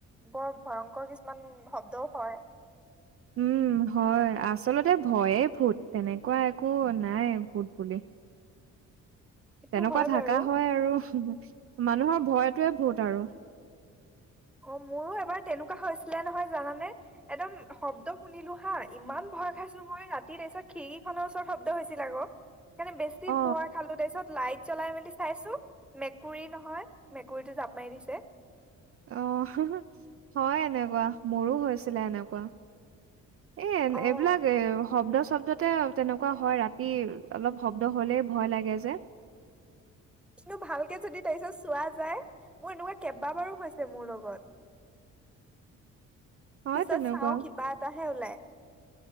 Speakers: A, in the centre; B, on the right.
A: বৰ ভয়ংকৰ কিছুমান শব্দও হয়।
B: উম। হয় আচলতে ভয়ে ভূত তেনেকুৱা একো নাই ভূত বুলি।
A: <unintelligible> সেইটো
B: তেনেকুৱা
A: হয়
B: থাকা
A: বাৰু
B: হয় আৰু মানুহৰ ভয়টোৱে ভূত আৰু।
A: অ মোৰো এবাৰ তেনেকুৱা হৈছিলে নহয় জানানে, একদম শব্দ শুনিলো হা ইমান ভই খাইছো মই, ৰাতি তাৰ পিছত খিৰি খনৰ ওচৰ শব্দ হৈছিল আৰু সেইকাৰনে বেছি
B: অ
A: ভয় খালো তাৰপিছত লাইট জ্বলাই মেলি চাইছো মেকুৰী নহয়, মেকুৰীতটো জাপ মাৰি দিছে।
B: আহ হয় এনেকুৱা মোৰো হৈছিলে এনেকুৱা। এ
A: অ
B: এইবিলাক এ শব্দ শব্দতে তেনেকুৱা হয় ৰাতি অলপ শব্দ হলে ভয় লাগে যে।
A: কিন্তু ভালকে যদি তাৰপিছত চোৱা যায় মোৰ এনেকুৱা কেইবাবাৰো হৈছে মোৰ লগত।
B: হয়
A: পিছত
B: তেনেকুৱা
A: চাও কিবা এটাহে ওলাই।